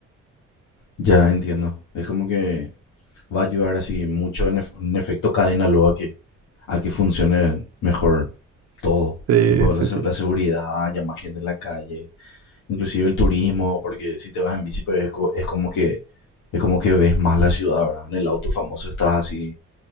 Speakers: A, on the left (about 75°); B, on the right (about 55°).
A: ya entiendo. Es como que va a ayudar así mucho en, ef- en efecto cadena luego a que, a que funcione mejor todo.
B: Sí,
A: Tipo
B: sí,
A: la, se-
B: sí.
A: la seguridad, ya más gente en la calle, inclusive el turismo, porque si te vas en bici pues, es, co- es como que es como que ves más la ciudad, ¿verdad? En el auto famoso estás así